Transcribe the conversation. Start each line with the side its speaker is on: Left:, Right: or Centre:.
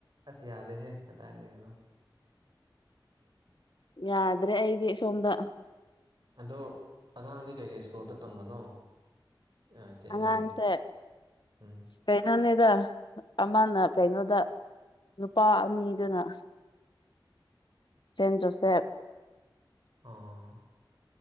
Right: ꯑꯁ ꯌꯥꯗꯦꯍꯦ ꯀꯗꯥꯏꯗꯒꯤꯅꯣ
Left: ꯌꯥꯗ꯭ꯔꯦ ꯑꯩꯗꯤ ꯁꯣꯝꯗ
Right: ꯑꯗꯣ ꯑꯉꯥꯡꯗꯤ ꯀꯩꯀꯩ ꯁ꯭ꯀꯨꯜꯗ ꯇꯝꯕꯅꯣ ꯑꯥ ꯊ
Left: ꯑꯉꯥꯡꯁꯦ
Right: ꯃꯗꯤ ꯎꯝ
Left: ꯀꯩꯅꯣꯅꯤꯗ ꯑꯃꯅ ꯀꯩꯅꯣꯗ ꯅꯨꯄꯥ ꯑꯅꯤꯗꯨꯅ ꯁꯦꯟꯖꯣꯁꯦꯞ
Right: ꯑꯥ